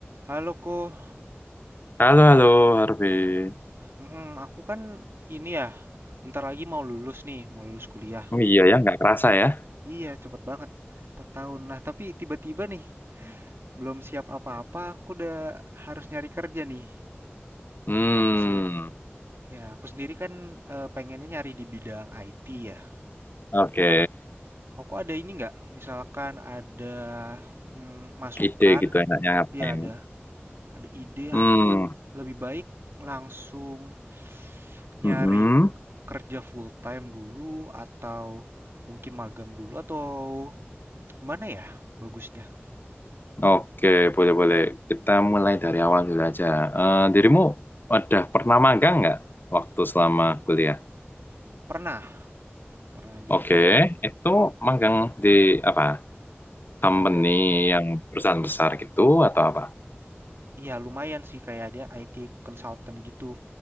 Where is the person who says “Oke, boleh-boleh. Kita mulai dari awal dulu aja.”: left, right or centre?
Left